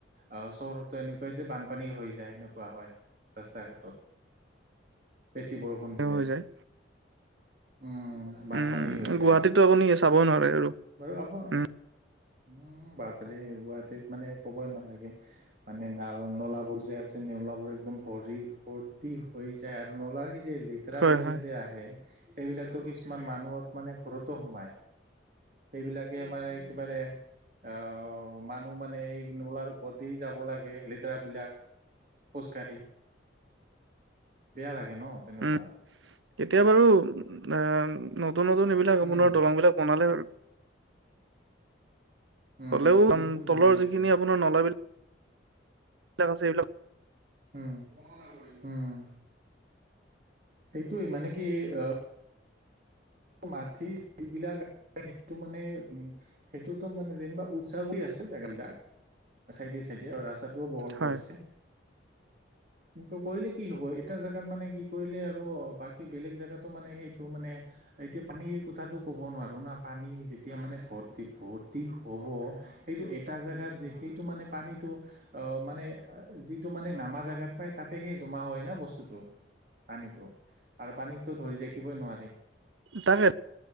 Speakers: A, on the right; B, on the right.
A: অ চহৰতো এনেকোৱা যে বানপানী হৈ যায় সেনেকোৱা হয় ৰাস্তা ঘাটত বেছি বৰষুণ দিলে।
B: হৈ যায়
A: উম বানপানী
B: উম
A: হৈ যায়
B: গুৱাহাটীতো আপুনি চাব নোৱাৰে আৰু
A: বাৰ আকৌ
B: উম
A: উম বাপৰে গুৱাহাটীত মানে ক'বই নালাগে মানে নাল নলাবোৰ যে আছে নলাবোৰ একদম ভৰি ভৰ্তি। হৈ যায় আৰু নলাৰ সি যে লেতেৰা
B: হয়
A: বিলাক
B: হয়
A: যে আহে সেইবিলাকো কিছ- কিছুমান মানুহত মানে ঘৰতো সোমায় সেইবিলাকে আমাৰ একেবাৰে আহ মানুহ মানে এই নলাৰ ওপৰতে দি যাব লাগে লেতেৰা বিলাক খোজকাঢ়ি বেয়া লাগে ন তেনেকোৱা
B: উম এতিয়া বাৰু অ নতুন নতুন এইবিলাক আপোনাৰ
A: উম
B: দলং বিলাক বনালে
A: উম
B: হ'লেও
A: নতুন নতুন বনাই
B: তলৰ যিখিনি
A: আছে
B: আপোনাৰ নলাবিলাক আচ্ছা এইবিলাক
A: উম হম সেইটোৱে মানে কি অ মাথি এইবিলাক সেইটো মানে উ সেইটোতো মানে যেনিবা উচা কৰি আছে জেগা বিলাক চাইডে চাইডে ৰাস্তাটোও বহল
B: হয়
A: কৰিছে। কিন্তু কৰিলে কি হব এটা জেগাত মানে কি কৰিলে আৰু বাকী বেলেগ জেগাতো মানে সেইটো মানে এতিয়া পানীৰ কথাটো ক'ব নোৱাৰোঁ না পানী যেতিয়া মানে ভৰ্তি ভৰ্তি হ'ব সেই এটা জেগাত যে সেইটো মানে পানীতো অ মানে যিটো মানে নামা জেগাত পায় তাতে। সেই জমা হয় না বস্তুটো পানীতো আৰু পানীকতো ধৰি ৰাখিবই নোৱাৰি
B: তাকে